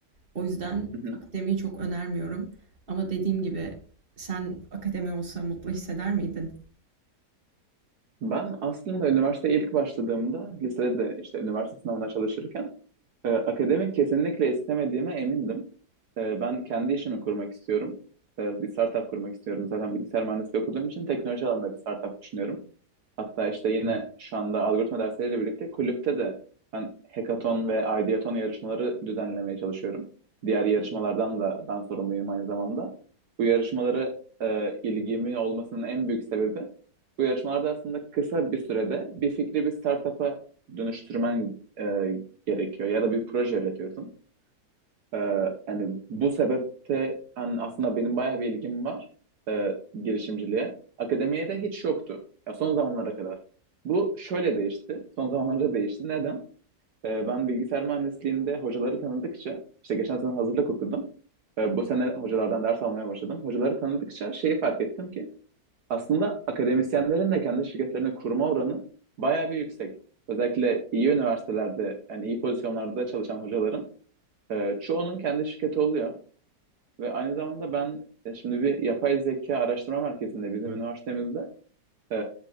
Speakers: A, on the right; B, on the right.
A: O yüzden
B: hı hı.
A: akademiyi çok önermiyorum. Ama dediğim gibi sen akademi olsa mutlu hisseder miydin?
B: Ben aslında üniversiteye ilk başladığımda lisede de işte üniversite sınavına çalışırken e, akademik kesinlikle istemediğime emindim. E, ben kendi işimi kurmak istiyorum. E, bir startup kurmak istiyorum. Zaten bilgisayar mühendisliği okuduğum için teknoloji alanında bir startup düşünüyorum. Hatta işte yine şu anda algoritma dersleriyle birlikte kulüpte de ben hackathon ve ideathon yarışmaları düzenlemeye çalışıyorum. Diğer yarışmalardan da ben sorumluyum aynı zamanda. Bu yarışmaları e, ilgimin olmasının en büyük sebebi bu yarışmalarda aslında kısa bir sürede bir fikri bir startup'a dönüştürmen e, gerekiyor ya da bir proje üretiyorsun. Ee, yani bu sebepte hani aslında benim bayağı bir ilgim var e, girişimciliğe. Akademiye de hiç yoktu. Ya son zamanlara kadar. Bu şöyle değişti. Son zamanlarda değişti. Neden? Ee, ben bilgisayar mühendisliğinde hocaları tanıdıkça, işte geçen sene hazırlık okudum. Ee, bu sene hocalardan ders almaya başladım. Hocaları tanıdıkça şeyi fark ettim ki aslında akademisyenlerin de kendi şirketlerini kurma oranı bayağı bir yüksek. Özellikle iyi üniversitelerde, yani iyi pozisyonlarda çalışan hocaların e, çoğunun kendi şirketi oluyor. Ve aynı zamanda ben e, şimdi bir yapay zeka araştırma merkezinde bizim üniversitemizde e,